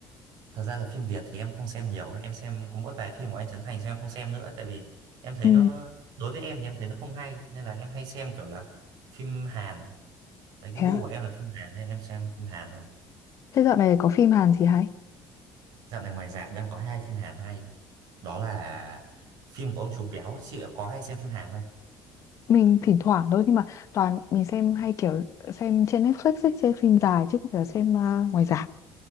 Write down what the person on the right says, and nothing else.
Thật ra là phim Việt thì em không xem nhiều ấy. Em xem có mỗi vài phim của anh Trấn Thành xem em không xem nữa tại vì em thấy
nó đối với em thì em thấy nó không hay nên là em hay xem kiểu là phim Hàn đấy cái
gu
của em là phim Hàn nên em xem phim Hàn thôi
dạo này ngoài rạp đang có hai phim Hàn hay đó là phim của ông Trùm Béo chị có hay xem phim Hàn không